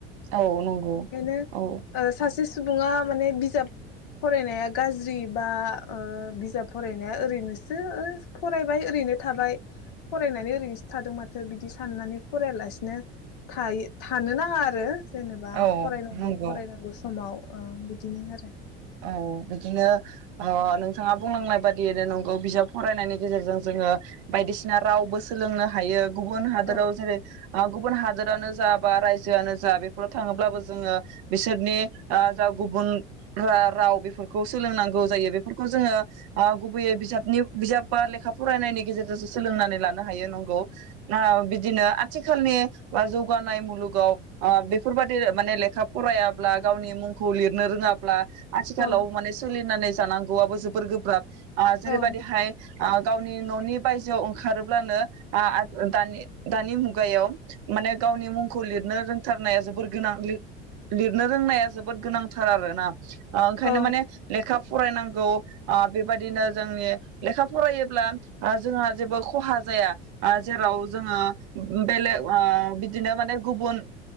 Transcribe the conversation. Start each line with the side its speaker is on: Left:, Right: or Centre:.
Right: औ नंगौ
Left: बेनिखायनो
Right: औ
Left: ओ सासे सुबुङा माने बिजाब फरायनाया गाज्रि बा ओ बिजाब फरायनाया ओरैनोसो ओ फरायबाय ओरैनो थाबाय फरायनानै ओरैनोसो थादों माथो बिदि साननानै फरायालासिनोायो थायो नाङा आरो जेनेबा
Right: औ
Left: फरायनांगौ-फरायनांगौ
Right: नंगौ
Left: समाव अ बिदिनो आरो
Right: औ बिदिनो ओ नोंथाङा बुंलांनाय बादियैनो नंगौ बिजाब फरायनायनि गेजेरजों जोङो बायदिसिना रावबो सोलोंनो हायो गुबुन हादराव
Left: औ
Right: जेरै गुबुन हादोरानो जा बा रायजोआनो जा बेफोराव थाङोब्लाबो जोङो बिसोरनि ओ जा गुबुन बा राव बेफोरखौ सोलोंनांगौ जायो बेफोरखौ जोङो ओ गुबैयै बिजाबनि बिजाब बा लेखा फरायनायनि गेजेरजोंसो सोलोंनानै लानो हायो नंगौ ना बिदिनो आथिखालनि जौगानाय मुलुगाव ओ बेफोरबादि माने लेखा फरायाब्ला गावनि मुंखौ लिरनो रोङा ब्ला आथिखालाव
Left: औ
Right: माने सोलि नानै जानांगौआबो जोबोर गोब्राब आ जेरैबायदि
Left: औ
Right: हाय ओ गाव नि न'नि बायजोआव ओंखारोब्लानो आ आ दानि-दानि मुगायाव माने गावनि मुंखौ लिरनो रों थारनाया जोबोर गोनां लिरनो रोंनाया जोबोर गोनांथार आरो ना। <inaudible> ओंखायनो
Left: औ
Right: माने लेखा फरायनांगौ बेबायदिनो जोंनि लेखा फरायोब्ला जोंहा जेबो खहा जाया जेराव जोङो बेलेग ओ बिदिनो माने गुबुन